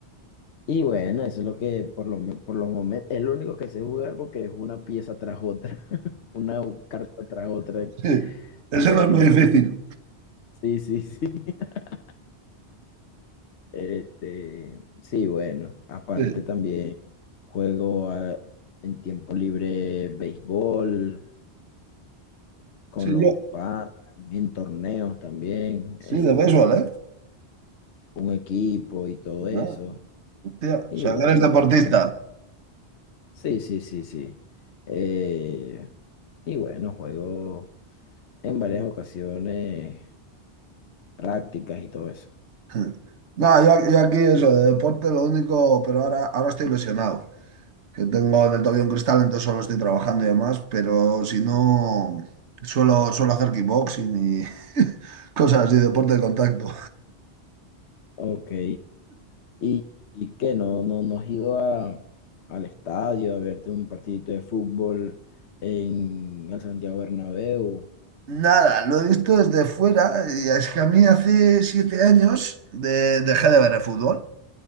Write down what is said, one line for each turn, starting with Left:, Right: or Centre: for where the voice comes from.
Left: Y bueno, eso es lo que por lo, me- por los momentos es lo único que sé jugar porque es una pieza tras otra, <laughs> una carta tras otra.
Right: Sí, eso
Left: Pero
Right: no es muy difícil.
Left: sí, sí, sí. <laughs> Este, sí, bueno. Aparte
Right: Sí,
Left: también juego a- en tiempo libre béisbol. con
Right: sí,
Left: los
Right: yo,
Left: padres en torneos también,
Right: sí,
Left: en
Right: de béisbol, ¿eh?
Left: un equipo y todo eso.
Right: Ah, hostia, o
Left: Y
Right: sea,
Left: bueno,
Right: que eres deportista.
Left: bastante. Sí, sí, sí, sí. Eh, y bueno, juego en varias ocasiones prácticas y todo eso.
Right: <laughs> No, yo, yo aquí eso, de deporte lo único, pero ahora, ahora estoy lesionado. que tengo en el tobillo un cristal, entonces solo estoy trabajando y demás, pero si no, suelo, suelo hacer kickboxing y <laughs> cosas así, deporte de contacto.
Left: Ok. ¿Y, y qué? ¿No, no, no has ido a, al estadio a verte un partidito de fútbol en el Santiago Bernabéu?
Right: Nada, lo he visto desde fuera y es que a mí hace siete años de- dejé de ver el fútbol